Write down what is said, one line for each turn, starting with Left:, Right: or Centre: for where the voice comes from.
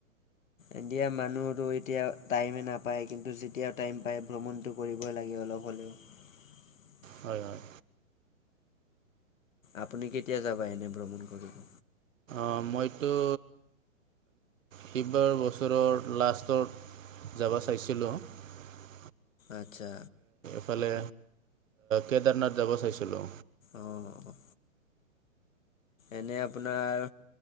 Left: এতিয়া মানুহো এতিয়া টাইমে নাপায় কিন্তু যেতিয়াও টাইম পায় ভ্ৰমণতটো কৰিবই লাগিব অল হ'লেও <unintelligible>
Right: হয় হয়
Left: আপুনি কেতিয়া যাবা এনে ভ্ৰমণ কৰিব
Right: অ মইতো সিবাৰ বছৰৰ লাষ্টত যাব চাইছিলোঁ <unintelligible>
Left: আচ্ছা
Right: ইফালে কেদাৰনাথ যাব চাইছিলোঁ
Left: অ'। এনে আপোনাৰ